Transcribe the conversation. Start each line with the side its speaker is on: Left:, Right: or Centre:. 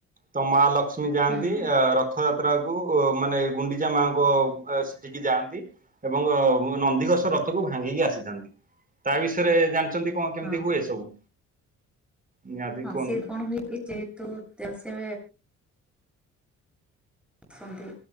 Right: ତ ମା ଲକ୍ଷ୍ମୀ ଯାଆନ୍ତି
Centre: ହୁଁ
Right: ରଥ ରଥଯାତ୍ରାକୁ ମାନେ ଗୁଣ୍ଡିଚା ମାଆଙ୍କ ସେଠିକି ଯାଆନ୍ତି। ଏବଂ ନନ୍ଦିଘୋଷ ରଥକୁ ଭାଙ୍ଗିକି ଆସିଥାନ୍ତି, ତା ବିଷୟରେ ଜାଣିଛନ୍ତି? କଣ କେମତି
Centre: ହଁ
Right: ହୁଏ ସବୁ? ନିହାତି
Centre: ହଁ
Right: କୁହନ୍ତୁ?
Centre: ସିଏ କଣ ହୁଏ କି ଯେହେତୁ ସେ ଆସନ୍ତି